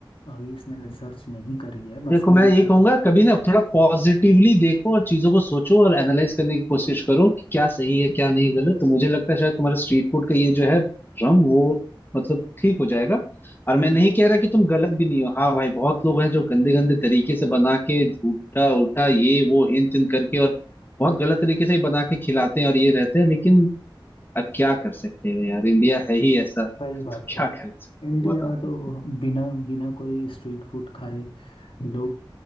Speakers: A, on the left (about 85°); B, on the left (about 25°).
A: अभी इसमें रिसर्च नहीं करी है
B: देखो
A: बस मैंने
B: मैं ये
A: खाली
B: कहूंगा कभी ना थोड़ा पॉजिटिवली देखो और चीजों को सोचो और एनालाइज करने की कोशिश करो कि क्या सही है क्या नहीं गलत तो मुझे लगता है शायद तुम्हारा स्ट्रीट फूड का ये जो है भ्रम वो मतलब ठीक हो जाएगा और मैं
A: हम्म
B: नहीं कह रहा कि तुम गलत भी नहीं हो हाँ भाई बहुत लोग हैं जो गंदे गंदे तरीके से बना के झूठा उठा ये वो हिन तिन करके और बहुत गलत तरीके से ही बना के खिलाते हैं और ये रहते हैं लेकिन अब क्या कर सकते हो यार इंडिया है ही ऐसा तो
A: सही बात है
B: क्या
A: यार
B: कर सकते
A: इंडिया
B: हो बताओ
A: में तो बिना बिना कोई स्ट्रीट फूड खाए लोग